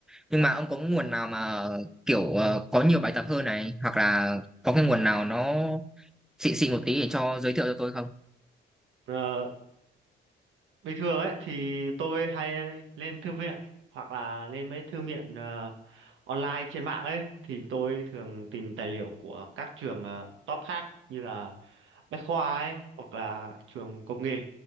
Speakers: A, in the centre; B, on the right.
A: Nhưng mà ông có nguồn nào mà kiểu ờ, có nhiều bài tập hơn này, hoặc là có cái nguồn nào nó xịn xịn một tí để cho giới thiệu cho tôi không?
B: Ừ. bình thường ấy thì tôi hay lên thư viện hoặc là lên mấy thư viện ờ, online trên mạng ấy thì tôi thường tìm tài liệu của các trường ờ, top khác như là Bách Khoa ấy hoặc là trường công nghệ